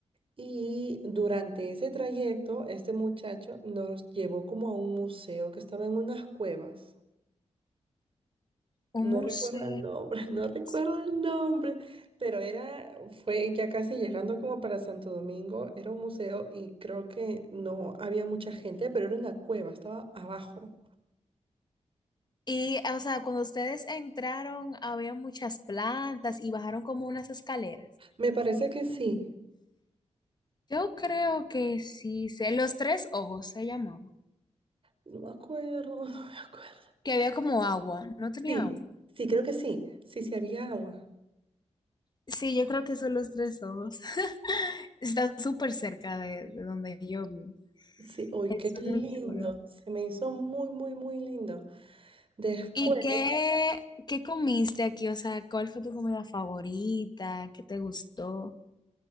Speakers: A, on the right; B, on the left.
A: Y durante ese trayecto, este muchacho nos llevó como a un museo que estaba en unas cuevas.
B: Un
A: No
B: museo.
A: recuerdo el nombre, <laughs>
B: unas
A: no recuerdo el nombre, pero era, fue ya casi llegando como para Santo Domingo, era un museo y creo que no había mucha gente, pero era una cueva, estaba abajo.
B: Y, o sea, cuando ustedes entraron, había muchas plantas y bajaron como unas escaleras.
A: Me parece que sí,
B: Yo creo que sí sé. Los tres ojos se llamaba.
A: no me acuerdo, <laughs> no me acuerdo.
B: Que había como agua. No tenía
A: Sí,
B: agua.
A: sí, creo que sí. Sí, sí, había agua.
B: Sí, yo creo que son los tres ojos. <laughs> Está súper cerca de, de donde yo vivo.
A: Sí, uy,
B: Es
A: qué lindo.
B: muy chulo.
A: Se me hizo muy, muy, muy lindo. Después,
B: ¿Y qué, qué comiste aquí? O sea, ¿cuál fue tu comida favorita? ¿Qué te gustó?